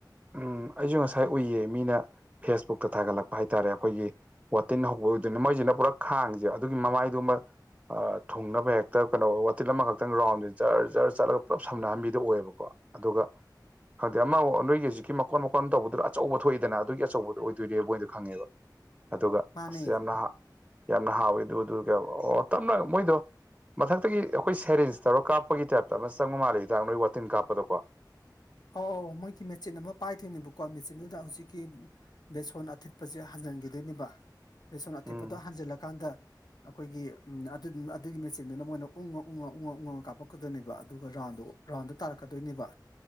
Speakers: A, on the right; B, on the left.
A: ꯎꯝ ꯑꯩꯁꯨ ꯉꯁꯥꯏ ꯎꯏꯌꯦ ꯃꯤꯅ ꯐꯦꯁꯕꯨꯛꯇ ꯊꯥꯒꯠꯂꯛꯄ ꯍꯥꯏꯇꯥꯔꯦ ꯑꯩꯈꯣꯏꯒꯤ ꯋꯥꯇꯤꯟ ꯍꯧꯕꯗꯨꯅ ꯃꯣꯏꯁꯤꯅ ꯄꯨꯔꯥ ꯈꯥꯡꯁꯦ ꯑꯗꯨꯒꯤ ꯃꯃꯥꯏꯗꯨꯃ ꯊꯨꯡꯅꯕ ꯍꯦꯛꯇ ꯀꯩꯅꯣ ꯋꯥꯇꯤꯤꯟ ꯑꯃꯈꯛꯇꯪ ꯔꯥꯎꯟꯁꯦ ꯖꯔ ꯖꯔ ꯆꯠꯂꯒ ꯄꯨꯂꯞ ꯁꯝꯅꯍꯟꯕꯤꯗ ꯑꯣꯏꯌꯦꯕꯀꯣ ꯑꯗꯨꯒ ꯈꯪꯗꯦ ꯑꯃꯥꯡ ꯅꯣꯏꯒꯤꯁꯤ ꯃꯀꯣꯟ ꯃꯀꯣꯟ ꯇꯧꯕꯗꯨꯗ ꯑꯆꯧꯕ ꯊꯣꯛꯏꯗꯅ ꯑꯗꯨꯒꯤ ꯑꯆꯧꯕꯗꯨꯣ ꯑꯣꯏꯗꯣꯏꯅꯦꯕ ꯃꯣꯏꯗꯣ ꯈꯪꯉꯦꯕ ꯑꯗꯨꯒ
B: ꯃꯥꯅꯦ
A: ꯑ ꯌꯥꯝ ꯌꯥꯝꯅ ꯍꯥꯎꯋꯤ ꯑꯗꯨ ꯇꯞꯅ ꯃꯣꯏꯗꯣ ꯃꯊꯛꯇꯒꯤ ꯑꯩꯈꯣꯏ ꯁꯦꯔꯦꯟ ꯆꯥꯎꯔꯥꯛ ꯀꯥꯞꯄꯒꯤ ꯇꯥꯏꯞꯇ ꯑꯃ ꯆꯪꯕ ꯃꯥꯜꯦ ꯍꯤꯗꯥꯛ ꯅꯣꯏ ꯋꯥꯇꯤꯟ ꯀꯥꯞꯄꯗꯀꯣ
B: ꯑꯧ ꯑꯧ ꯃꯣꯏꯒꯤ ꯃꯦꯆꯤꯟ ꯑꯃ ꯄꯥꯏꯗꯣꯏꯅꯦꯕꯀꯣ ꯃꯦꯆꯤꯟꯗꯨꯗ ꯍꯧꯖꯤꯛꯀꯤ ꯕꯦꯁꯣꯟ ꯑꯊꯤꯠꯄꯁꯦ ꯍꯟꯖꯤꯟꯈꯤꯗꯣꯏꯅꯦꯕ, ꯕꯦꯁꯣꯟ ꯑꯊꯤꯠꯄꯗꯣ
A: ꯎꯝ
B: ꯍꯟꯖꯤꯜꯂꯀꯥꯟꯗ ꯑꯩꯈꯣꯏꯒꯤ ꯑꯗꯨ ꯑꯗꯨꯒꯤ ꯃꯦꯆꯤꯟꯗꯨꯅ ꯃꯣꯏꯅ ꯎꯪꯉ ꯎꯪꯉ ꯎꯪꯉꯛ ꯎꯪꯉ ꯀꯥꯞꯄꯛꯀꯗꯣꯏꯅꯦꯕ ꯑꯗꯨꯒ ꯔꯥꯎꯟꯗꯣ ꯔꯥꯎꯟꯗ ꯇꯥꯔꯛꯀꯗꯣꯏꯅꯦꯕ